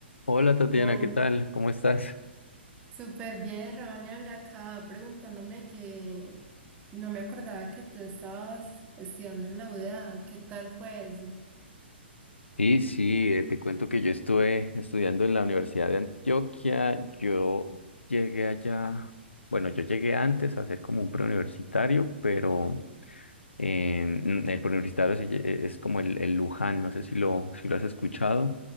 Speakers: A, on the left (about 75°); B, on the right (about 20°).
A: Hola Tatiana,
B: Hola,
A: ¿qué tal? ¿Cómo estás?
B: súper bien, Ronald, acá preguntándome que no me acordaba que tú estabas estudiando en la UDA, ¿qué tal fue eso?
A: Sí, sí, eh, te cuento que yo estuve estudiando en la Universidad de Antioquia. Yo llegué allá, bueno, yo llegué antes a ser como un preuniversitario, pero eh, mm, el preuniversitario se lle- eh, es como el, el Luján, no sé si lo, si lo has escuchado.